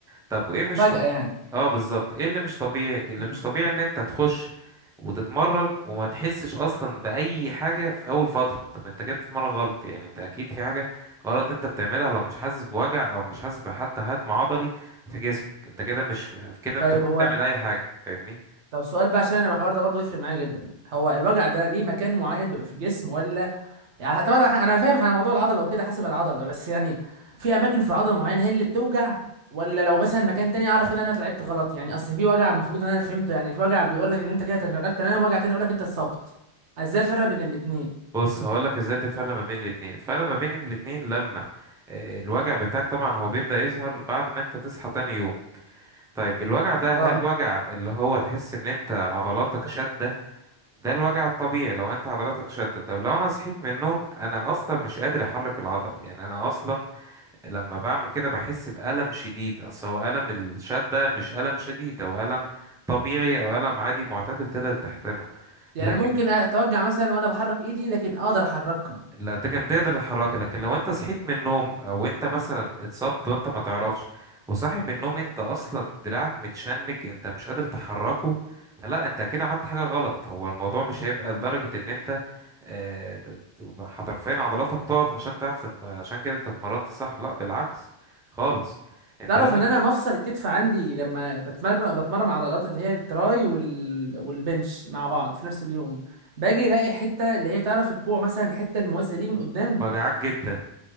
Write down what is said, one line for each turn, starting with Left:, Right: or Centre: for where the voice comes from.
Centre: طب وايه مش
Right: مفاجأة
Centre: طبيعي
Right: يعني
Centre: اه بالظبط ايه اللي مش طبيعي اللي
Right: مم.
Centre: مش طبيعي ان انت تخش وتتمرن وما تحسش اصلا باي حاجه في اول فتره طب انت كده بتتمرن غلط يعني انت اكيد في حاجه غلط
Right: مم.
Centre: انت بتعملها لو مش حاسس بوجع او مش حاسس بحتى هدم عضلي في جسمك انت كده مش كده
Right: طيب
Centre: انت مش
Right: هو
Centre: بتعمل اي حاجه فاهمني
Right: طب سؤال بقى عشان انا الحوار ده برضه يفرق معايا جدا هو الوجع ده ليه مكان معين بيبقى في الجسم ولا يعني طبعا انا أنا فاهم على موضوع العضله وكده حسب العضله بس يعني في اماكن في العضله معينه هي اللي بتوجع ولا لو مثلا مكان تاني اعرف كده إن انا لعبت غلط يعني اصل في وجع المفروض ان انا فهمته يعني في وجع بيقول لك ان انت كده اتشغلت تمام وجع تاني يقول لك انت اتصبت ازاي افرق بين الاثنين
Centre: بص هقولك ازاي تفرق ما بين الاتنين الفرق ما بين الاتنين لما آه، الوجع بتاعك طبعا هو بيبدأ يظهر بعد ما انت تصحى تاني يوم طيب الوجع ده هل
Right: اه
Centre: وجع اللي هو تحس ان انت عضلاتك شدة ده الوجع الطبيعي لو انت عضلاتك شدت طب لو انا صحيت من النوم انا اصلا مش قادر احرك العضله يعني انا اصلا لما بعمل كده بحس بالم شديد اصل هو الم الشده مش الم شديد هو الم طبيعي او الم عادي معتدل تقدر تحتمله
Right: يعني
Centre: لكن
Right: ممكن اتوجع مثلا وانا بحرك ايدي لكن اقدر احركها
Centre: لا تقدر تقدر تتحركها لكن لو انت صحيت من النوم او انت مثلا اتصبت وانت ما تعرفش وصاحي من النوم انت اصلا دراعك متشنج انت مش قادر تحركه فلا انت اكيد عملت حاجة غلط هو الموضوع مش هيبقى لدرجة ان انت آه، بت- حرفيا عضلاتك تقف عشان تعرف تتم... عشان كده انت اتمرنت صح لا بالعكس خالص انت
Right: تعرف
Centre: لازم
Right: ان انا مفصل الكتف عندي لما بتمرن بتمرن عضلات اللي هي التراي وال... والبنش مع بعض في نفس اليوم باجي الاقي حته اللي هي تعرف الكوع مثلا الحته الموازيه ليه من قدام
Centre: وجعك جدا